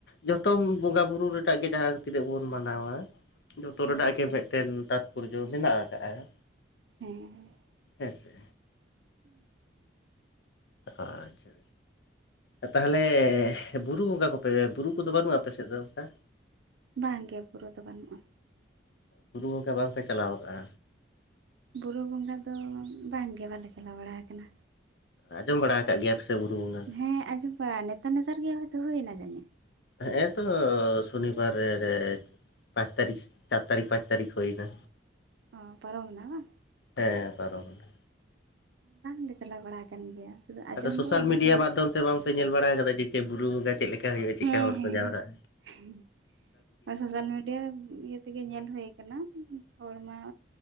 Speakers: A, on the left; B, on the right.
A: ᱡᱚᱛᱚᱢ ᱵᱚᱸᱜᱟ ᱵᱩᱨᱩ ᱨᱮᱱᱟᱜ ᱜᱮ ᱡᱟᱦᱟᱸ ᱛᱤᱱᱟᱹᱜ ᱵᱚᱱ ᱢᱟᱱᱟᱶᱟ ᱡᱚᱛᱚ
B: ᱦᱮᱸ
A: ᱨᱮᱱᱟᱜ ᱜᱮ ᱢᱮᱫ ᱴᱮᱱ ᱛᱟᱸᱛᱯᱚᱨᱡᱚ ᱢᱮᱱᱟᱜ ᱟᱠᱟᱟᱜᱼᱟ
B: ᱦᱮᱸ
A: ᱦᱮᱸ ᱥᱮ
B: <inaudible>
A: ᱟᱪᱷᱟ-ᱪᱷᱟ ᱟᱨ ᱛᱟᱦᱞᱮ ᱵᱩᱨᱩ ᱵᱚᱸᱜᱟ ᱠᱚᱯᱮ ᱵᱩᱨᱩ ᱠᱚᱫᱚ ᱵᱟᱹᱱᱩᱜᱼᱟ ᱟᱯᱮ ᱥᱮᱫ ᱫᱚ ᱚᱱᱠᱟ?
B: ᱵᱟᱝ ᱜᱮ ᱵᱩᱨᱩ ᱫᱚ ᱵᱟᱹᱱᱩᱜᱼᱟ
A: ᱵᱩᱨᱩ ᱵᱚᱸᱜᱟ ᱵᱟᱝᱯᱮ ᱪᱟᱞᱟᱣ ᱟᱠᱟᱜᱼᱟ
B: ᱵᱩᱨᱩ ᱵᱚᱸᱜᱟ ᱫᱚ ᱵᱟᱝᱜᱮ ᱵᱟᱞᱮ ᱪᱟᱞᱟᱣ ᱵᱟᱲᱟ ᱟᱠᱟᱱᱟ
A: ᱟᱸᱡᱚᱢ ᱵᱟᱲᱟ ᱟᱠᱟᱫ ᱜᱮᱭᱟ ᱥᱮ ᱵᱩᱨᱩ ᱵᱚᱸᱜᱟ
B: ᱦᱮᱸ ᱟᱸᱡᱚᱢ ᱵᱟᱲᱟ ᱱᱮᱛᱟᱨ ᱱᱮᱛᱟᱨ ᱜᱮ ᱦᱚᱭᱛᱳ ᱦᱩᱭᱮᱱᱟ ᱡᱟᱹᱱᱤᱡ
A: ᱦᱮᱸᱜ-ᱮ ᱛᱚ ᱥᱚᱱᱤᱵᱟᱨ ᱨᱮ ᱯᱟᱸᱪ ᱛᱟᱨᱤᱠᱷ ᱪᱟᱨ ᱛᱟᱨᱤᱠᱷ ᱯᱟᱸᱪ ᱛᱟᱨᱤᱠᱷ ᱦᱩᱭᱱᱟ
B: ᱚ ᱯᱟᱨᱚᱢᱮᱱᱟ ᱵᱟᱝ
A: ᱦᱮᱸ ᱯᱟᱨᱚᱢᱮᱱᱟ᱾
B: ᱵᱟᱝᱞᱮ ᱪᱟᱞᱟᱣ ᱵᱟᱲᱟ ᱠᱟᱱ ᱜᱮᱭᱟ ᱥᱩᱫᱷᱩ ᱟᱸᱡᱚᱢ
A: ᱟᱫᱚ ᱥᱳᱥᱟᱞ
B: ᱫᱚ ᱟᱸᱡᱚᱢ
A: ᱢᱤᱰᱤᱭᱟ
B: ᱵᱟᱲᱟ
A: ᱢᱟᱫᱽᱫᱷᱚᱢ
B: ᱠᱟᱜ
A: ᱛᱮ ᱵᱟᱝ ᱯᱮ ᱧᱮᱞ ᱵᱟᱲᱟ ᱠᱟᱫᱟ ᱡᱮ ᱪᱮ ᱵᱩᱨᱩ ᱵᱚᱸᱜᱟ ᱪᱮᱫ ᱞᱮᱠᱟ ᱦᱩᱭᱩᱜᱼᱟ? ᱪᱮᱫᱠᱟ
B: ᱦᱮᱸ
A: ᱦᱚᱲ
B: ᱦᱮᱸ
A: ᱠᱚ ᱡᱟᱮᱨᱟᱜ-ᱟ?
B: ᱦᱮᱸ <inaudible> ᱥᱳᱥᱟᱞ ᱢᱤᱰᱤᱭᱟ ᱤᱭᱟᱹ ᱛᱮᱜᱮ ᱧᱮᱞ ᱦᱩᱭᱩ ᱠᱟᱱᱟ ᱦᱚᱲᱢᱟ